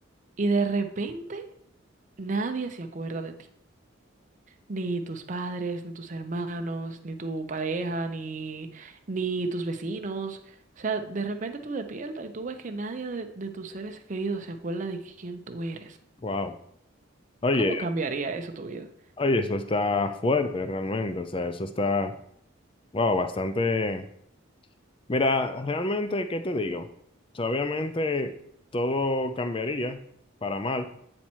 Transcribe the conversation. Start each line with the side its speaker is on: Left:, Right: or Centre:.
Right: y de repente nadie se acuerda de ti? Ni tus padres, ni tus hermanos, ni tu pareja, ni, ni tus vecinos. O sea, de repente tú despiertas y tú ves que nadie de, de tus seres queridos se acuerda de quién tú eres.
Left: wow. Oye,
Right: ¿Cómo cambiaría eso tu vida?
Left: oye, eso está fuerte realmente. O sea, eso está, wow, bastante. Mira, realmente, ¿qué te digo? O sea, obviamente todo cambiaría para mal,